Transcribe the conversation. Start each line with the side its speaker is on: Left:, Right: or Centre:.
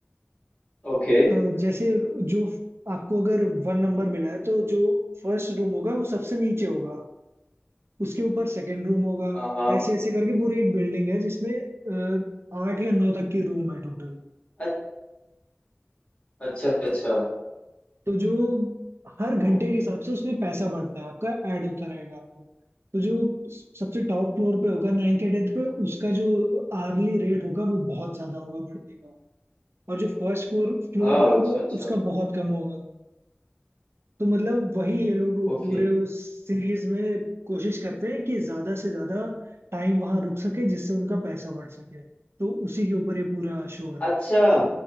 Left: ओके
Right: अ, जैसे जो फ- आपको अगर वन नंबर मिला है तो जो फर्स्ट रूम होगा वो सबसे नीचे होगा उसके ऊपर सेकंड रूम होगा
Left: हाँ हाँ
Right: ऐसे ऐसे करके पूरी एक बिल्डिंग है जिसमें अ, आठ या नौ तक की रूम है टोटल
Left: अ- अच्छा अच्छा
Right: तो जो हर घंटे
Left: ओके
Right: के हिसाब से उसमें पैसा बढ़ता है आपका ऐड होता रहेगा आपको तो जो सबसे टॉप फ्लोर पे होगा नाइन्थ या टेंथ पे उसका जो आर्ली रेट होगा वो बहुत ज्यादा होगा बढ़ने का और जो फर्स्ट फ्लोर फ्लोर
Left: हाँ
Right: पे
Left: अच्छा
Right: होगा
Left: अच्छा
Right: उसका बहुत कम होगा तो मतलब वही ये लोग
Left: ओके
Right: पूरे उस सीरीज में कोशिश करते हैं कि ज्यादा से ज्यादा टाइम वहां रुक सके जिससे उनका पैसा बढ़ सके तो उसी के ऊपर ये पूरा शो है
Left: अच्छा